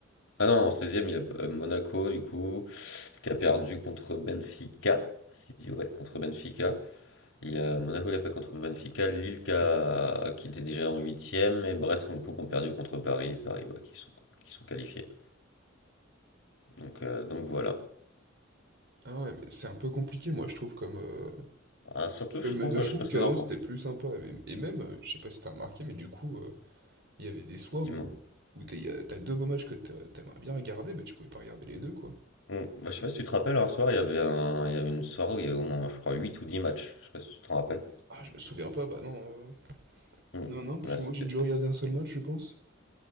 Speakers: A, on the left; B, on the right.
A: Ah non, en seizième il y a euh, Monaco, du coup, qui a perdu contre Benfica. Si, ouais, contre Benfica. Il y a Monaco qui a perdu contre Benfica, Lille qui, a- qui était déjà en huitième et Brest, du coup, qui ont perdu contre Paris, et Paris, bah, qui sont, qui sont qualifiés. Donc, euh, donc voilà.
B: Ah ouais, mais c'est un peu compliqué moi je trouve comme euh,
A: Ah, surtout, je
B: comme
A: trouve,
B: euh,
A: euh,
B: je trouve
A: je sais pas
B: qu'avant
A: ce que t'en penses,
B: c'était plus sympa mais- et même euh, je sais pas si t'as remarqué mais du coup euh, il y avait des soirs
A: dis-moi.
B: où où t'es- y a- t'as deux beaux matchs que t'a- t'aimerais bien regarder bah tu pouvais pas regarder les deux quoi.
A: Mm. Bah, je sais pas si tu te rappelles, un soir, il y avait un, il y avait une soirée où il y avait au moins, je crois, 8 ou 10 matchs. Je sais pas si tu te rappelles.
B: Ah je me souviens pas bah non euh,
A: Mm.
B: non non parce
A: Là,
B: que
A: c'était
B: moi j'ai dû regarder un seul match je pense.